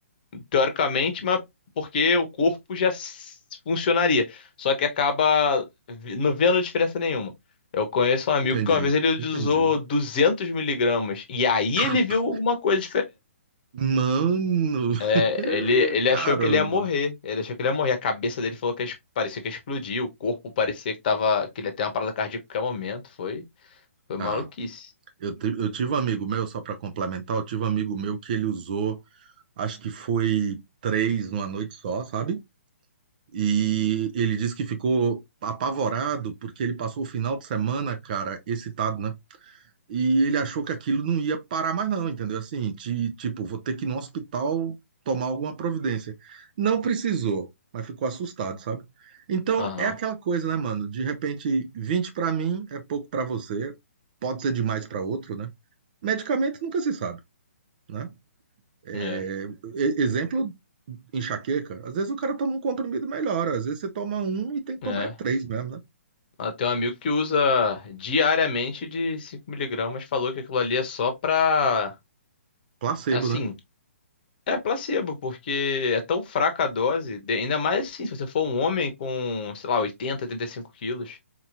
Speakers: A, on the left; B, on the right.
A: teoricamente, mas porque o corpo já s- funcionaria. Só que acaba vi- não vendo diferença nenhuma. Eu conheço um amigo
B: Entendi,
A: que uma vez ele
B: entendi.
A: usou 200 miligramas e aí
B: Tapa.
A: ele viu alguma coisa
B: Mano,
A: É,
B: <laughs>
A: ele, ele
B: caramba.
A: achou que ele ia morrer. Ele achou que ele ia morrer. A cabeça dele falou que es- parecia que ia explodir. O corpo parecia que tava, que ele ia ter uma parada cardíaca a qualquer momento. Foi, foi
B: Ah,
A: maluquice.
B: eu, ti- eu tive um amigo meu, só para complementar, eu tive um amigo meu que ele usou, acho que foi três numa noite só, sabe? E ele disse que ficou apavorado porque ele passou o final de semana, cara, excitado, né? E ele achou que aquilo não ia parar mais, não, entendeu? Assim, ti- tipo, vou ter que ir no hospital tomar alguma providência. Não precisou, mas ficou assustado, sabe? Então,
A: Aham.
B: é aquela coisa, né, mano? De repente, 20 pra mim é pouco pra você, pode ser demais pra outro, né? Medicamento nunca se sabe, né? É,
A: É,
B: e- exemplo, enxaqueca. Às vezes o cara toma um comprimido e melhora, às vezes você toma um e tem que
A: é.
B: tomar é três mesmo, né?
A: Ah, Tem um amigo que usa diariamente de cinco miligramas falou que aquilo ali é só pra.
B: Placebo,
A: Assim,
B: né?
A: é placebo, porque é tão fraca a dose. de- Ainda mais assim, se você for um homem com, sei lá, oitenta, oitenta e cinco quilos.